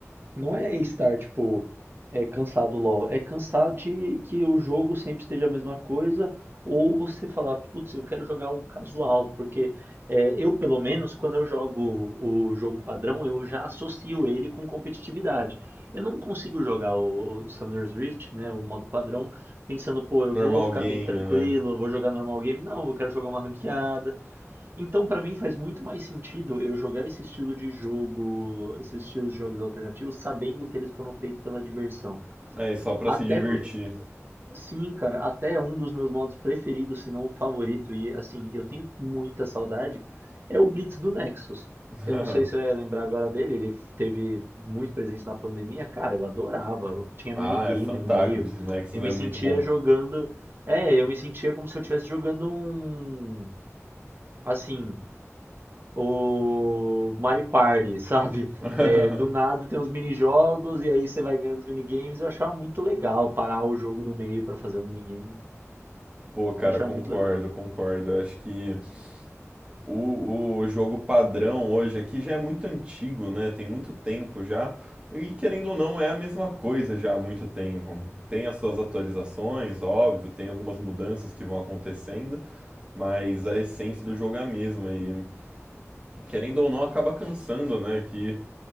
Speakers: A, on the right; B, on the right.
A: Não é estar, tipo, é, cansado do LoL. É cansado de que o jogo sempre esteja a mesma coisa. Ou você falar, putz, eu quero jogar algo casual. Porque é, eu, pelo menos, quando eu jogo o jogo padrão, eu já associo ele com competitividade. Eu não consigo jogar o, o Summoner's Rift, né, o modo padrão, pensando, pô, eu
B: Normal
A: vou ficar
B: game,
A: bem tranquilo,
B: né?
A: vou jogar normal game. Não, eu quero jogar uma ranqueada. Então, pra mim faz muito mais sentido eu jogar esse estilo de jogo, esses estilos de jogos alternativos, sabendo que eles foram feitos pela diversão.
B: É, só pra
A: Até,
B: se divertir.
A: por- sim, cara, até é um dos meus modos preferidos, se não o favorito, e assim, eu tenho muita saudade, é o Blitz do Nexus. Eu
B: <laughs>
A: não sei se eu ia lembrar agora dele, ele teve muito presente na pandemia. Cara, eu adorava, eu tinha minigame
B: Ah, é fantástico,
A: no meio.
B: o Blitz Nexus
A: Eu me
B: é muito
A: sentia
B: bom.
A: jogando. É, eu me sentia como se eu estivesse jogando um. Assim, o Mario Party, <laughs> sabe?
B: <laughs>
A: É, do nada tem uns minijogos e aí você vai ganhando os minigames. Eu achava muito legal parar o jogo no meio pra fazer o minigame.
B: Pô, cara,
A: Eu achava
B: concordo,
A: muito legal.
B: concordo. Eu acho que o, o jogo padrão hoje aqui já é muito antigo, né? Tem muito tempo já. E querendo ou não, é a mesma coisa já há muito tempo. Tem as suas atualizações, óbvio, tem algumas mudanças que vão acontecendo, mas a essência do jogo é a mesma. E querendo ou não, acaba cansando, né? Que